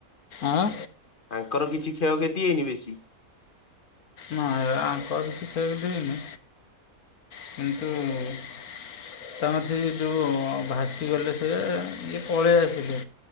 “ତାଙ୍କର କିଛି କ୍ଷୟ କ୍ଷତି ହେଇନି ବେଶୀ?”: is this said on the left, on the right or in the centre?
Left